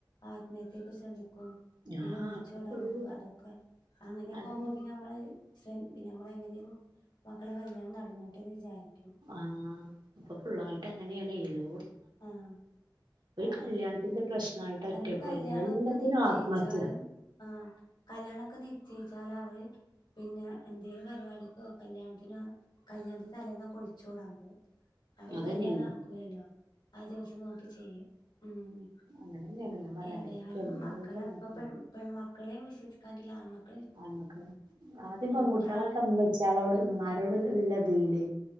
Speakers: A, on the left; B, on the right.
A: ആത്മഹത്യകു സ പിന്നെ
B: ആ
A: ഒളിച്ചോടാൻ
B: അപ്പൊ ഫുൾ
A: പോവ് അതൊക്കെ, അങ്ങനൊക്കാവുമ്പോ
B: അതന്നെ
A: പിന്നെ നമ്മളത് ശ്രദ്ധിക്കു നമ്മൾ എങ്ങനെലും മക്കളെ കല്യാണം നടന്നോട്ടേന്ന് വിചാരിക്കു
B: ആഹ ഇപ്പൊ ഫുളായിട്ട് അങ്ങനെയാണ് എലോ
A: ആഹ ആ
B: കല്യാണത്തിന്റെ
A: അതെ,
B: പ്രശ്നമായിട്ട് ഒറ്റക്കുവല്ലേ
A: അല്ലെങ്കിൽ കല്യാണംമൊക്കെ
B: എല്ലാത്തിനും
A: നിശ്ചയിച്ചാലും,
B: ആത്മഹത്യ
A: ആഹ കല്യാണൊക്കെ നിശ്ചയിച്ചാല പിന്നെ എന്തേലു പരിപാടിക്കോ കല്യാണത്തിനോ കല്യാണത്തി തലേന്നൊക്കെ ഒളിച്ചോടാം പോവും. അവന്
B: അതന്നെയാണ്
A: കല്യാണം നടക്കൂലല്ലോ. ആ ദിവസം നോക്കി ചെയ്യും. ഉം
B: അങ്ങനെ തന്നെയാണ് ഞാൻ പറയാ
A: ഏതായാലും
B: അടക്ക എല്ലോടത്തും
A: മക്കളെ ഇപ്പെ
B: നടക്കണ്
A: പെൺമ മക്കളേ വിശൊസിക്കാൻ പറ്റില്ല ആൺമക്ക
B: ആൾമക്കള്. ആദ്യം
A: രണ്ടാളും
B: പെൺകുട്ടാളൊക്കെ ഉമ്മച്ചാളോട് ഉമ്മാരോട് നല്ലദീല്